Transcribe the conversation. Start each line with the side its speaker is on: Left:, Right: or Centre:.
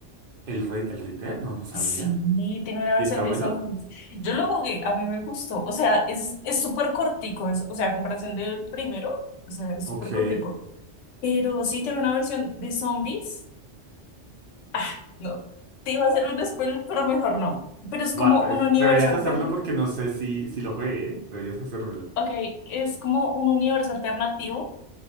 Right: ¿El rey el Red? No, no sabía.
Left: Sí, tiene una
Right: ¿Y
Left: versión
Right: está
Left: de
Right: bueno?
Left: zombies. Yo lo jugué, a mí me gustó. O sea, es, es súper cortico. es- o sea, a comparación del primero, o sea, es
Right: Ok.
Left: súper cortico. Pero sí tiene una versión de zombies. Ah, no. Te iba a hacer un spoiler, pero mejor no. Pero es
Right: Buah,
Left: como
Right: pues
Left: un universo
Right: deberías
Left: alterno.
Right: hacerlo porque no sé si, si lo juegue, ¿eh? Deberías hacérmelo.
Left: Ok, es como un universo alternativo